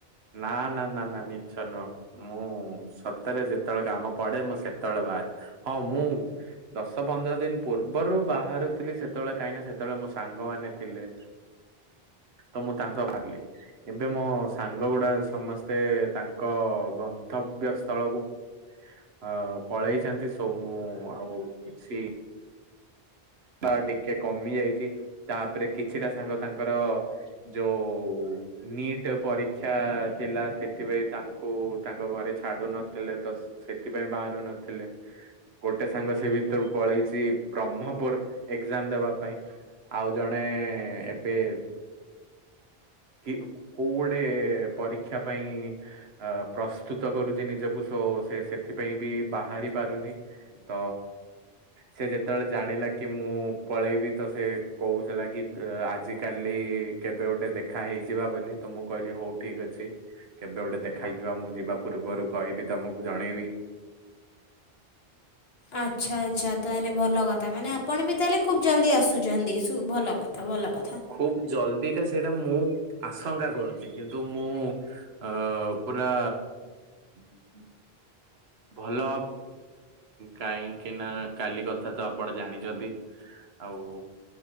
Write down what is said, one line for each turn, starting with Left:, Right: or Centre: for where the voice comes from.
Right: ନା ନା ନା ନା ମିଛ ନୁହଁ ମୁଁ ହ ସତରେ ଯେତେବେଳେ କାମ ପଡେ ମୁଁ ସେତେବେଳେ ବାହାରେ ହଁ ମୁଁ ଦଶ ପନ୍ଦର ଦିନ ପୂର୍ବରୁ ବାହାରୁଥିଲି ସେତେବେଳେ କାହିଁକି ସେତେବେଳେ ମୋ ସାଙ୍ଗମାନେ ଥିଲେ। ତ ମୁଁ ତାଙ୍କ ବାହାରିଲି ଏବେ ମୋ ସାଙ୍ଗ ସାଙ୍ଗ ଗୁଡା ସମସ୍ତେ ତାଙ୍କ ଗନ୍ତବ୍ୟ ସ୍ଥଳକୁ ଅ ପଳେଇଛନ୍ତି ସଉ ମୁଁ ଆଉ କିଛି ତ ଟିକେ କମି ଯାଇଛି ତାପରେ କିଛିଟା ସାଙ୍ଗ ତାଙ୍କର ଯଉ ନିଟ୍ ପରୀକ୍ଷା ଥିଲା ସେଥିପାଇଁ ତାଙ୍କୁ ତାଙ୍କ ଘରେ ଛାଡୁ ନଥିଲେ ତ ସେ ସେଥିପାଇଁ ବାହାରୁ ନଥିଲେ, ଗୋଟେ ସାଙ୍ଗ ସେ ଭିତରୁ ପଳେଇଛି ବ୍ରହ୍ମପୁର ଏକ୍ଜାମ ଦେବା ପାଇଁ। ଆଉ ଜଣେ ଏବେ କି କୋଉ ଗୋଟେ ପରୀକ୍ଷା ପାଇଁ ଅ ପ୍ରସ୍ତୁତ କରୁଛି ନିଜକୁ ସୋ ସେ ସେଥିପାଇଁ ବି ବାହାରି ପାରୁନି, ତ ସେ ଯେ ଯେତେବେଳେ ଜାଣିଲା କି ମୁଁ ପଳେଇବି ତ ସେ କହୁଥିଲା କି ଆଜିକାଲି କେବେ ଗୋଟେ ଦେଖା ହେଇଯିବା ବୋଲି ତ ମୁଁ କହିଲି ହଉ ଠିକ ଅଛି। କେବେ ଗୋଟେ ଦେଖ ହେଇଯିବା, ମୁଁ ଯିବା ପୂର୍ବରୁ କହିବି ତମକୁ ଜଣେଇବି।
Left: ଆଚ୍ଛା ଆଚ୍ଛା ତାହେଲେ ଭଲ କଥା ମାନେ ଆପଣ ବି ତାହେଲେ ଖୁବ ଜଲ୍ଦି ଆସୁଛନ୍ତି ଶୁ ଭଲ କଥା ଭଲ କଥା।
Right: ଖୁବ ଜଲ୍ଦିଟା ସେ ଏଇଟା ମୁଁ ଆଶଙ୍କା କରୁଛି କିନ୍ତୁ ମୁଁ -ଅ- ପୁରା <inaudible> ଭଲ <inaudible> କାହିଁକି ନା କାଲି କଥା ତ ଆପଣ ଜାଣିଛନ୍ତି। ଆଉ